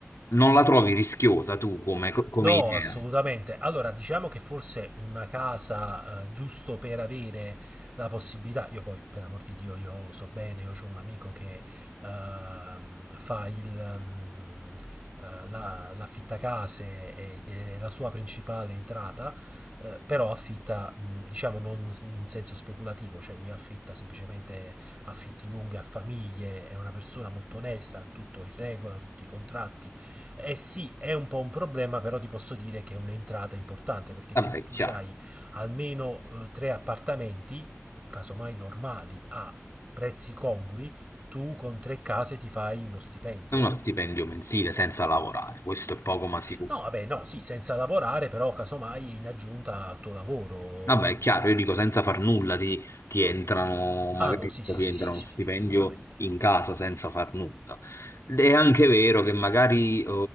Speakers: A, on the left; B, on the right.
A: Non la trovi rischiosa tu come, come
B: No,
A: idea?
B: assolutamente. Allora, diciamo che forse una casa, eh, giusto per avere la possibilità, io poi, per l'amor di Dio, io so bene, io ho un amico che ehm, fa il, ehm, eh, la, l'affittacase ed è la sua principale entrata, eh, però affitta, mh, diciamo, non in senso speculativo, cioè lui affitta semplicemente affitti lunghi a famiglie, è una persona molto onesta, tutto in regola, tutti i contratti eh sì, è un po' un problema, però ti posso dire che è un'entrata importante perché
A: Vabbè,
B: se tu
A: chiaro,
B: hai almeno eh, tre appartamenti, casomai normali, a prezzi congrui, tu con tre case ti fai uno stipendio.
A: è uno stipendio mensile senza lavorare, questo è poco ma sicuro.
B: No, vabbè, no, sì, senza lavorare, però casomai in aggiunta al tuo lavoro.
A: Vabbè, è chiaro, io dico senza far nulla ti, ti entrano, magari
B: Ah no, sì,
A: ti
B: sì, sì,
A: entra
B: sì,
A: uno
B: sì,
A: stipendio
B: sì, sicuramente.
A: in casa senza far nulla. Ed È anche vero che magari eh,